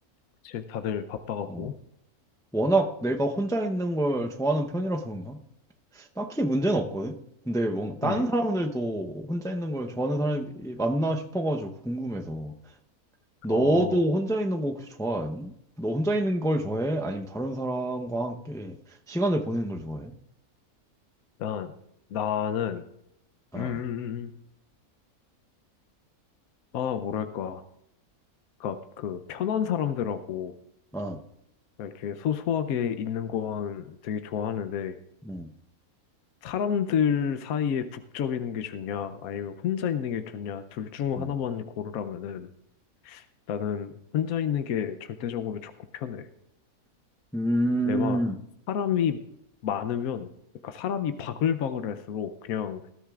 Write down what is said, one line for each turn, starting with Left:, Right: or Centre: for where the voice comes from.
Left: 그치, 다들 바빠갖고,
Centre: 어, 워낙 내가 혼자 있는 걸 좋아하는 편이라서 그런가? 딱히 문제는 없거든? 근데 뭔가 다른
Left: 음,
Centre: 사람들도 혼자 있는 걸 좋아하는 사람이 맞나 싶어가지고 궁금해서. 너도
Left: 어,
Centre: 혼자 있는 거 혹시 좋아하니? 너 혼자 있는 걸 좋아해? 아니면 다른 사람과 함께 시간을 보내는 걸 좋아해?
Left: 난, 나는,
Centre: 아,
Left: 음, 음, 음. 아, 뭐랄까, 그니까, 그, 편한 사람들하고,
Centre: 아,
Left: 이렇게 소소하게 있는 건 되게 좋아하는데,
Centre: 음,
Left: 사람들 사이에 북적이는 게 좋냐, 아니면 혼자 있는 게 좋냐, 둘 중
Centre: 음,
Left: 하나만 고르라면은, 나는 혼자 있는 게 절대적으로 좋고 편해.
Centre: 음,
Left: 내가 사람이 많으면, 그러니까 사람이 바글바글할수록 그냥